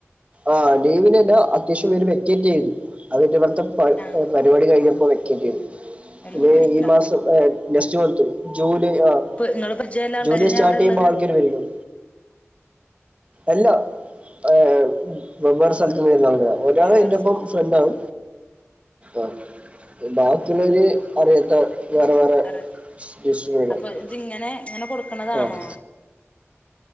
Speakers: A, on the right (about 25°); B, on the left (about 30°).
A: ആഹ് ലീവ്നെല്ലാ അത്യാവശ്യംപ്പേര് വേക്കേറ്റെയ്തു അത് പിന്നെ ഇവട്ത്തെ പരി
B: ആ
A: ഏഹ് പരിവാടി കഴിഞ്ഞപ്പോ വേക്കേറ്റെയ്തു
B: അയില്
A: ഇനി
B: പോയിട്ടുണ്ടാ
A: ഈ മാസം ഏഹ് നെക്സ്റ്റ് മന്ത് ജൂലൈ ആഹ്
B: ഇപ്പൊ ഇങ്ങള് പരിചയള്ള ആൾക്കാരന്നെ
A: ജൂലൈ സ്റ്റാർട്ടെയ്യുമ്പം
B: അവിടെ ഉള്ളത്
A: ആൾക്കാര് <unintelligible> എല്ലാ ആഹ് ഏഹ് ഉം വെവ്വേറെ സല്ത്ത്ന്ന് വെര്ന്ന ആള്ക്കാരാ ഒരാള്
B: വേറെസം
A: ഇൻ്റെപ്പം ഫ്രണ്ടാണ് ആഹ് ഏഹ് ബാക്കിള്ളോര് അറിയാത്ത വേറെ വേറെ
B: അറിയാത്ത
A: <unintelligible>
B: അപ്പൊ ഇതിങ്ങനെ ഇങ്ങനെ കൊട്ക്ക്ണതാണോ
A: ആഹ്